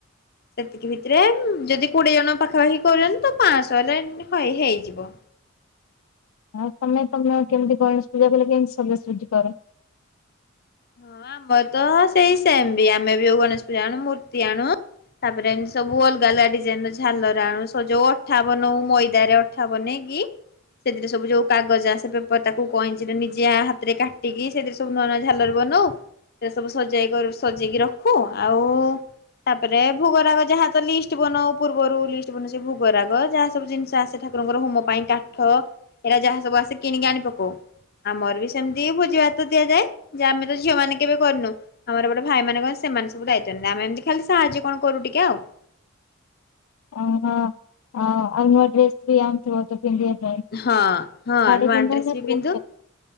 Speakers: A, on the left; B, on the left.
A: ସେତିକି ଭିତରେ ଯଦି କୋଡିଏ ଜଣ ପାଖାପାଖି କରୁଛନ୍ତି ତ ପାଞ୍ଚଶହ ହେଲେ। ହଁ ହେଇଯିବ।
B: ହଉ ତମେ ତମେ କେମିତି ଗଣେଶ ପୂଜା କଲେ କେମିତି ସବଜସୁଜି କର।
A: ହଁ ଆମର ତ ସେଇ ସେମ ବି ଆମେ ବିଉ ଗଣେଶ ପୂଜା ଆଣୁ ମୂର୍ତ୍ତି ଆଣୁ। ତାପରେ ଏମିତି ସବୁ ଅଲଗା ଅଲଗା ଡିଜାଇନ ର ଝାଲର ଆଣୁ ସ ଯୋଉ ଅଠାବ ବନଉ ମଇଦାରେ। ଅଠା ବନ‌ଇ କିି। ସେଥିରେ ସବୁ ଯୋଉ କାଗଜ ଆସ ସେ ପେପର ତାକୁ କଇଁଚିରେ ନିଜେ ହାତ ରେ କାଟିକି ସେଥିରେ ସବୁ ନୂଆ ନୂ ଝାଲ। ବନ‌ଉ ସେ ସବୁ ସଜେଇକରୁ ସଜେଇକି ରଖୁ ଆଉ ତାପରେ ଭୋଗରାଗ ଯାହା ତ ଲିଷ୍ଟ ବନଉ ପୂର୍ବରୁ ଲିଷ୍ଟ ବନ ସେ ଭୋଗରାଗ ଯାହା ସବୁ ଜିନିଷ ଆସେ। ଠାକୁରଙ୍କର ହୁମ୍ ପାଇଁ କାଠ ଏରା ଯାହା ସବୁ ଆସେ କିଣିକି ଆଣି ପକଉ। ଆମର ବି ସେମ୍ତି ଭୋଜି ଭାତ ଦିଆଯାଏ ଯେ ଆମେ ତ ଝିଅ ମାନେ କେବେ କରିନୁ। ଆମର ଗୋଟେ ଭାଇ ମାନେ କଣ ସେମାନେ ସବୁ ଦାୟିତ୍ୱ ନିୟନ୍ତି ଆମେ ଏମ୍ତି ଖାଲି ସାହାର୍ଯ୍ୟ କଣ କରୁ ଟିକେ ଆଉ।
B: ଅ ହଁ ଆ ନୁଆ ଡ୍ରେସ୍ ବି <unintelligible> ପିନ୍ଧିଆ ପାଇଁ।
A: ହଁ-ହଁ
B: ଶାଢୀ
A: ନୂଆ
B: ପିନ୍ଧ
A: ଡ୍ରେସ୍
B: ନା
A: ବି
B: ଡ୍ରେସ
A: ପିନ୍ଧୁ।
B: ପିନ୍ଧ